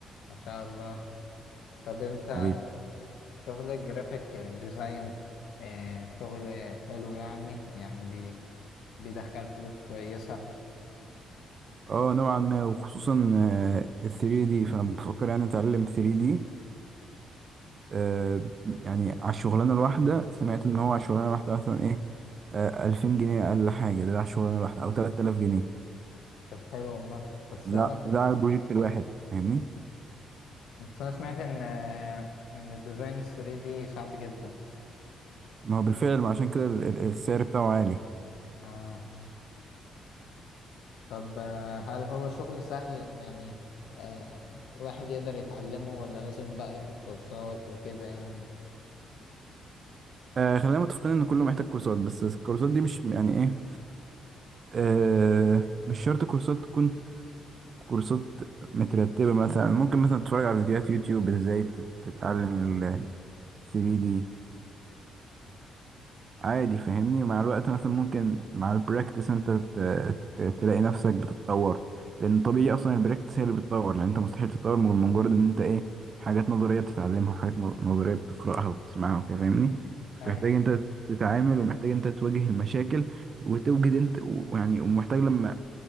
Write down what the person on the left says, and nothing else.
ما شاء الله طب أنت
شغل الجرافيك ديزاين آه، شغل حلو يعني يعني بي... بيدخل فلوس كويسة
طب حلو والله بس
أنا ك-
بس أنا سمعت إن آه، إن الديزاين 3D صعب جدا
اه طب آه، هل هو شغل سهل يعني آه، الواحد يقدر يتعلمه ولا لازم بقى ياخد كورسات وكده يعني
ايوه